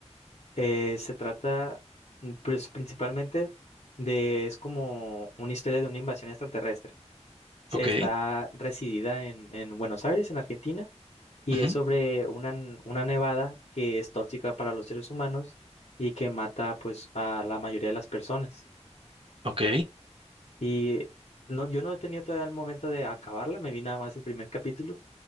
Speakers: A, on the left (about 75°); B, on the right (about 50°).
A: Eh, se trata, mm, pues, principalmente de, es como una historia de una invasión extraterrestre. Sí,
B: Ok,
A: Está residida en, en Buenos Aires, en Argentina, y
B: ujú,
A: es sobre una, n- una nevada que es tóxica para los seres humanos y que mata, pues, a la mayoría de las personas.
B: ok,
A: Y no, yo no he tenido todavía el momento de acabarla, me vi nada más el primer capítulo